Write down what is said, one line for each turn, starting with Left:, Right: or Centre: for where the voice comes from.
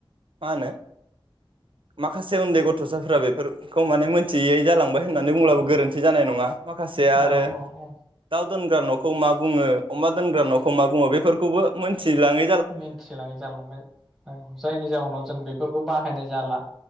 Right: मा होनो माखासे उन्दै गथसाफोरा बेफोरखौ माने मोनथियै जालांबाय होननानै बुंब्लाबो गोरोन्थि जानाय नङा। माखासे आरो
Centre: औ औ औ
Right: दाउ दोनग्रा नखौ मा बुङो अमा दोनग्रा नखौ मा बुङो, बेफोरखौबो मोन्थिलाङै
Centre: मिन्थिलाङै जालांबाय औ जायनि जाउनाव जों बेफोरखौ बाहायनाय जाला।